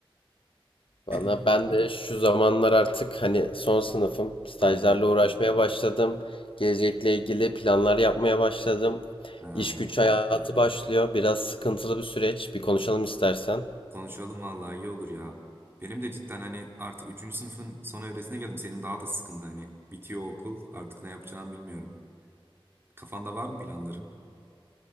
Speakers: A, on the left; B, on the right.
A: bana
B: <clears throat>
A: ben de şu zamanlar artık hani son sınıfım stajlarla
B: Aynen.
A: uğraşmaya başladım. Gelecekle ilgili planlar yapmaya başladım.
B: Ha,
A: İş güç hayatı başlıyor. Biraz sıkıntılı bir süreç. Bir konuşalım istersen.
B: Konuşalım vallahi iyi olur ya. Benim de cidden hani artık üçüncü sınıfın son evresine geldim. Senin daha da sıkıntı hani. Bitiyor okul. Artık ne yapacağımı bilmiyorum. Kafanda var mı planların?